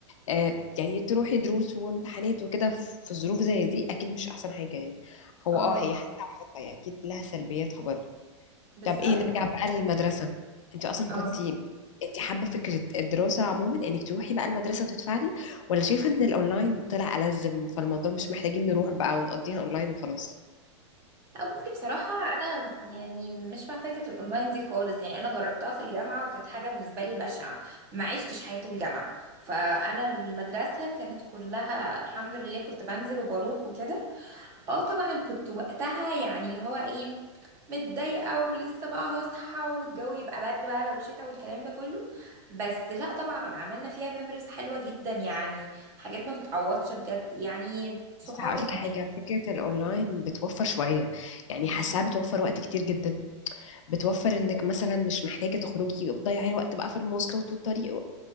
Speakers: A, on the left; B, on the right.
A: آه يعني تروحي دروس وامتحانات وكده في ظروف زي دي اكيد مش احسن حاجه يعني
B: <laughs>
A: هو
B: اه
A: اه هي حتة وحتة يعني اكيد لها سلبياتها برضو
B: بالظبط
A: طب ايه نرجع بقى للمدرسة انت اصلا
B: اه
A: كنت انت حابة فكرة الدراسة عموما انك تروحي بقى المدرسة وتدفعي ولا شايفة ان الاونلاين طلع ألزم فالموضوع مش محتاجين نروح بقى ونقضيها اونلاين وخلاص
B: لا بصي بصراحة أنا يعني مش مع فكرة الأونلاين دي خالص يعني أنا جربتها في الجامعة وكانت حاجة بالنسبة لي بشعة ما عشتش حياة الجامعة فأنا المدرسة كانت كلها الحمد لله كنت بنزل وبروح وكده اه طبعا كنت وقتها يعني اللي هو ايه متضايقة ولسه بقى هصحى والجو يبقى برد بقى لو شتا والكلام ده كله بس لا طبعا عملنا فيها ميموريز حلوة جدا يعني حاجات ما تتعوضش بجد يعني صحابك
A: بس هقولك حاجة فكرة الأونلاين بتوفر شوية يعني حاساها بتوفر وقت كتير جدا بتوفر إنك مثلا مش محتاجة تخرجي وتضيعي وقت بقى في المواصلات والطريق